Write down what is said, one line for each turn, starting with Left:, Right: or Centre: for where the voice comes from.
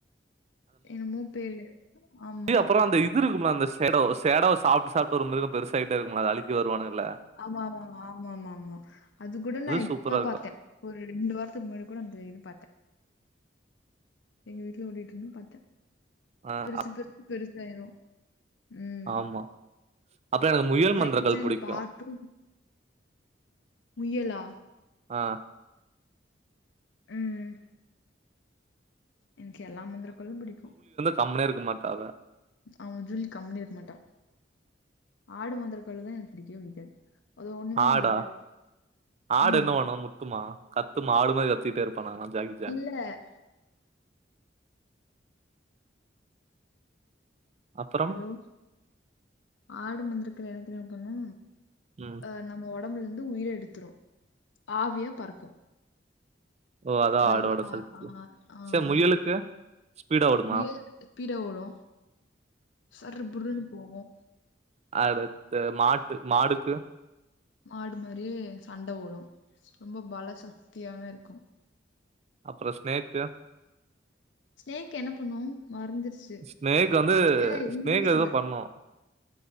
Left: என்னமோ பேரு ஆமா.
Right: இது அப்றோ அந்த இது இருக்கும்ல அந்த சேடோ சேடோவ சாப்ட்டு சாப்பிட்டு ஒரு மிருகோ பெருசாய்ட்டே இருக்கும்ல அந்த அழிக்க வருவானுங்கல்ல
Left: ஆமா ஆமா ஆமா ஆமா ஆமா அது கூட நா இப்ப
Right: சூப்பரா இருக்கு
Left: பாத்தே ஒரு ரெண்டு வாரத்துக்கு முன்னாடி கூட அந்த இது பாத்தே எங்க வீட்ல ஓடிட்டு இருந்துது பாத்தே
Right: ஆ
Left: பெருசு
Right: அப்
Left: பெருசு பெருசாயிரு ம்
Right: ஆமா அப்புறோ எனக்கு முயல்
Left: ஜாக்கி
Right: மந்திரகாள்
Left: சான்
Right: புடிக்கு
Left: பார்ட் டூ முயலா
Right: அ
Left: ம் என்கு எல்லா முந்திரிக்கள்ளும் பிடிக்கு
Right: கம்னே இருக்க மாட்டா அவெ
Left: அவஞ் ஜூலி கம்னே இருக்க மாட்டா ஆடு மாந்தரக்கள்ளுதா எனக் பிடிக்கவே பிடிக்காது அது ஒண்ணுமே
Right: ஆடா
Left: பண்ணாது
Right: ஆடு
Left: ம்
Right: என்ன வேணும் முட் க்குமா கத்துமா ஆடு மாதிரி கத்திட்டே இருப்பானா ஜாக்கி ஜான்
Left: ட
Right: அப்பறம்
Left: ஹெலோ ஆடு மந்திரக்கல எனத் தெரியுமா பண்ணு
Right: ம்
Left: அ நம்ம ஒடம்புலரந்து உயிர எடுத்துரு ஆவியாப் பறக்கு
Right: ஓ அதா
Left: அதுதா
Right: ஆடோட சக்தி
Left: ஆ ஆமா
Right: சரி முயலுக்கு ஸ்பீடா ஓடுமா
Left: முயல் பீட ஓடு சர்ரு புர்ருனுப் போவோம்
Right: அடுத்த மாட்டு மாடுக்கு
Left: மாடு மாரியே சண்ட ஓடு ரொம்ப பல சக்தியான இருக்கு
Right: அப்றோ ஸ்னேக்கு
Left: ஸ்னேக் என்ன பண்ணும் மறைஞ்சிருச்சு
Right: ஸ்னேக்கு வந்து
Left: ஏ இன்விசிபிள்
Right: ஸ்னேக் எதோப் பண்ணு